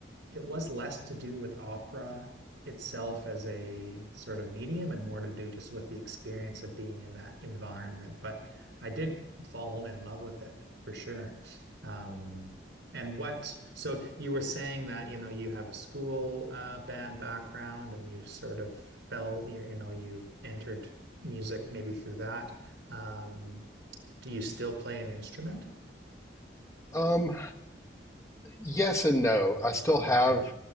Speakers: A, on the right (about 85°); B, on the left (about 15°).
A: it was less to do with opera itself as a sort of medium and more to do just with the experience of being in that environment. But I did fall in love with it for sure. Um, and what, so you were saying that, you know, you have a school uh, band background and you sort of fell, you, you know, you entered music maybe through that. Um, do you still play an instrument?
B: Um, yes and no. I still have
A: Okay.